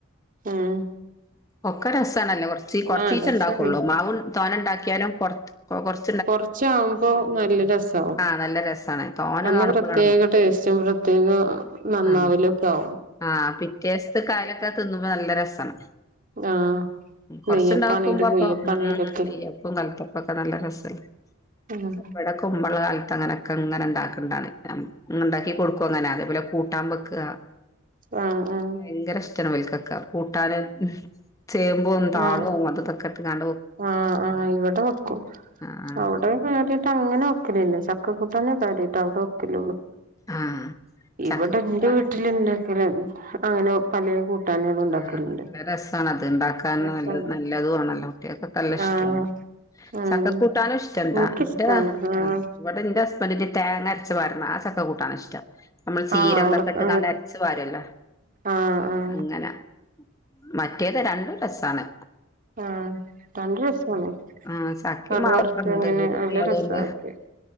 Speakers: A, on the right (about 40°); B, on the left (about 15°).
A: ഉം
B: ഒക്കെ രസാണല്ലോ കൊറ്ച്ച് കൊറ്ചീച്ച
A: ആഹ് രസാണ്
B: ഇണ്ടാക്കുള്ളൂ മാവ് തോന ഇണ്ടാക്കിയാലും കൊ കൊറ്
A: കൊറ്ച്ചാകുമ്പോ നല്ല രസാവു
B: ആഹ് നല്ല രസാണ് തോനെ
A: അന്ന്
B: കാണുമ്പളാണ്
A: പ്രത്യേക
B: നമുക്ക്
A: ടേസ്റ്റും പ്രത്യേക നന്നാവലോ
B: ആഹ്
A: ഒക്കെ ആകും
B: ആഹ് പിറ്റേസത്തെ കാലൊക്കെ തിന്നു നല്ല രസാണ്
A: ആഹ്
B: കൊറച്ചുണ്ടാക്കുമ്പോ
A: നെയ്യപ്പാണെലും
B: അപ്പ
A: കുയ്യപ്പാണെലൊക്കെ
B: <unintelligible> നെയ്യപ്പോ കല്ത്തപ്പക്കെ നല്ല രസ്സായ്
A: ഉം
B: ഇവടെ കുമ്പള്ള <unintelligible> അങ്ങനെയൊക്കെ ഇങ്ങനെ ഇണ്ടാക്കണ്ടാണ് ഇണ്ടാക്കി കൊടുക്കും അങ്ങനെ അതേപോലെ കൂട്ടാൻ ബെക്കാ
A: ആഹ് ആഹ്
B: ഭയങ്കര ഇഷ്ട്ടാണ് വൽക്കോക്കെ കൂട്ടാന് ചേമ്പും താളും
A: ആഹ്
B: അതൊക്കെട്ട് കാണ്ട്
A: ആഹ് ആഹ് ഇവിടെ വെക്കും
B: ആഹ്
A: അവ്ടെ കാര്യയിട്ട് അങ്ങനെ വെക്കലില്ല ചക്കകുട്ടാന്നെ കാര്യായിട്ട് അവ്ടെ വെക്കലൊള്ളൂ
B: ആഹ് ചക്കക്കൂട്ടാനും
A: ഇവിടെ ഇൻ്റെ വീട്ടില് ഇണ്ടാക്കല് അങ്ങനെ പലേ കൂട്ടാനുകളും ഉണ്ടാക്കലുണ്ട്
B: ആഹ് നല്ല രസാണ് അത് ഇണ്ടാക്കാന്
A: രസാണ്
B: നല്ല നല്ലതും ആണല്ലോ കുട്ടേൾക്കൊക്കെ നല്ല ഇഷ്ടാണ്ചക്ക
A: ആഹ് ആഹ്
B: കൂട്ടാനും ഇഷ്ടണ്ട്
A: എനിക്കിഷ്ടാണ്
B: ഇന്റെ നാതു
A: ആഹ്
B: ഇവിടെ ഇന്റെ ഇ പൊ തി തേങ്ങ അരച്ച്പാർന്ന ആ ചക്ക കൂട്ടാന് ഇഷ്ടം നമ്മള് ചീരന്തൊക്കെ
A: ആഹ് അവിടത്തെ
B: ഇട്ട്ക്കാണ്ട് അരച്ചു പാരൊല്ലോ
A: ആഹ് ആഹ്
B: അങ്ങനെ മറ്റേത് രണ്ടും രസ്സാണ്
A: ആഹ് രണ്ടും രസാണ്
B: ആഹ് ചക്കിം
A: കടു
B: മാവും
A: വറുത്ത്
B: ഒക്കെ ഇണ്ട്
A: അങ്ങനെ
B: വീട്ടിക്ക്
A: നല്ല
B: ഇള്ളതോണ്ട്
A: രസാക്കി